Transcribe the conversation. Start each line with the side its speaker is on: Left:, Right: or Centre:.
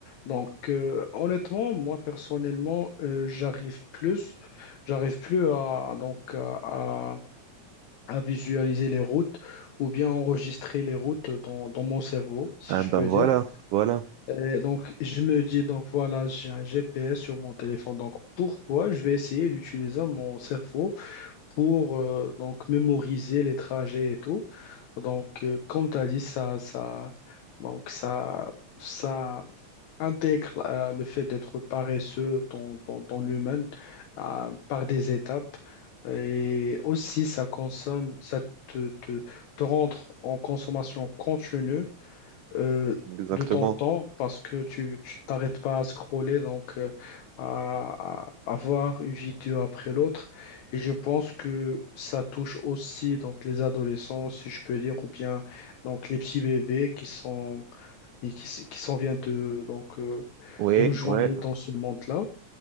Left: Donc euh, honnêtement, moi personnellement, euh, j'arrive plus, j'arrive plus à donc à, à- à visualiser les routes ou bien enregistrer les routes dans dans mon cerveau, si
Right: Ah
Left: je peux
Right: ben voilà,
Left: dire.
Right: voilà.
Left: Et donc, je me dis, donc voilà, j'ai un GPS sur mon téléphone. Donc, pourquoi je vais essayer d'utiliser mon cerveau pour euh, donc mémoriser les trajets et tout. Donc, euh, comme tu as dit, ça, ça, donc ça, ça intègre euh, le fait d'être paresseux dans, dans, dans l'humain euh, par des étapes. Et aussi, ça consomme, ça te, te, te rendre en consommation continue euh,
Right: Exactement.
Left: de ton temps parce que tu tu t'arrêtes pas à scroller, donc euh, à, à- à voir une vidéo après l'autre. Et je pense que ça touche aussi donc les adolescents, si je peux dire, ou bien donc les petits bébés qui sont et qui, s- qui s'en viennent de donc euh,
Right: Oui,
Left: de nous joindre
Right: ouais,
Left: dans ce monde-là.